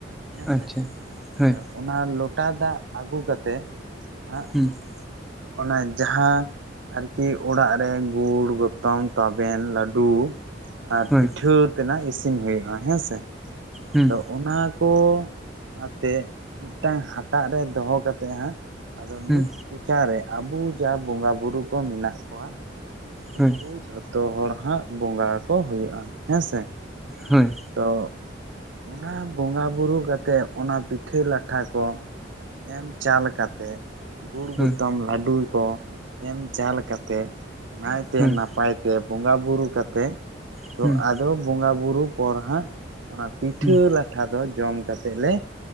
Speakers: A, on the right (about 75°); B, in the centre.
A: ᱦᱮᱸ
B: ᱟᱪᱪᱷᱟ
A: ᱥᱮ
B: ᱦᱳᱭ
A: ᱛᱚ ᱚᱱᱟ ᱞᱚᱴᱟ ᱫᱟᱜ ᱟᱹᱜᱩ ᱠᱟᱛᱮᱫ ᱦᱟᱸᱜ
B: ᱦᱩᱸ
A: ᱚᱱᱟ ᱡᱟᱦᱟᱸ ᱟᱨᱠᱤ ᱚᱲᱟᱜ ᱨᱮ ᱜᱩᱲ ᱜᱚᱛᱚᱢ ᱛᱟᱵᱮᱱ ᱞᱟᱹᱰᱩ ᱟᱨ
B: ᱦᱳᱭ
A: ᱯᱤᱴᱷᱟᱹ ᱛᱮᱱᱟᱜ ᱤᱥᱤᱱ ᱦᱩᱭᱩᱜᱼᱟ ᱦᱮᱸ ᱥᱮ
B: ᱦᱩᱸ
A: ᱛᱚ ᱚᱱᱟ ᱠᱚ ᱟᱛᱮᱫ ᱢᱤᱫᱴᱟᱝ ᱦᱟᱴᱟᱜ ᱨᱮ ᱫᱚᱦᱚ ᱠᱟᱛᱮᱫ ᱦᱟᱸᱜ ᱟᱫᱚ
B: ᱦᱩᱸ
A: ᱢᱤᱫ ᱠᱚᱪᱟᱨᱮ ᱟᱵᱩ ᱡᱟ ᱵᱚᱸᱜᱟᱼᱵᱩᱨᱩ ᱠᱚ ᱢᱮᱱᱟᱜ ᱠᱚᱣᱟ
B: ᱦᱳᱭ
A: ᱩᱝᱠᱩ ᱡᱷᱚᱛᱚ ᱦᱚᱲ ᱦᱟᱸᱜ ᱵᱚᱸᱜᱟ ᱟᱠᱚ ᱦᱩᱭᱩᱜᱼᱟ ᱦᱮᱸ ᱥᱮ
B: ᱦᱳᱭ ᱦᱮᱸ ᱦᱳᱭ
A: ᱛᱚ ᱚᱱᱟ ᱵᱚᱸᱜᱟ ᱵᱩᱨᱩ ᱠᱟᱛᱮᱜ ᱚᱱᱟ ᱯᱤᱴᱷᱟᱹ ᱞᱟᱴᱷᱟ ᱠᱚ ᱮᱢ ᱪᱟᱞ ᱠᱟᱛᱮᱜ ᱜᱩᱲ
B: ᱦᱮᱸ
A: ᱜᱩᱛᱚᱢ ᱞᱟᱰᱩ ᱠᱚ ᱮᱢ ᱪᱟᱞ ᱠᱟᱛᱮᱜ ᱱᱟᱭᱛᱮ
B: ᱦᱳᱭ
A: ᱱᱟᱯᱟᱭ ᱛᱮ ᱵᱚᱸᱜᱟ ᱵᱩᱨᱩ ᱠᱟᱛᱮᱜ
B: ᱦᱩᱸ
A: ᱛᱚ
B: ᱦᱩᱸ
A: ᱟᱫᱚ ᱵᱚᱸᱜᱟ ᱵᱩᱨᱩ ᱯᱚᱨ ᱦᱟᱸᱜ ᱚᱱᱟ ᱯᱤᱴᱷᱟᱹ
B: ᱦᱩᱸ
A: ᱞᱟ ᱴᱷᱟ ᱫᱚ ᱡᱚᱢ ᱠᱟᱛᱮᱜ ᱞᱮ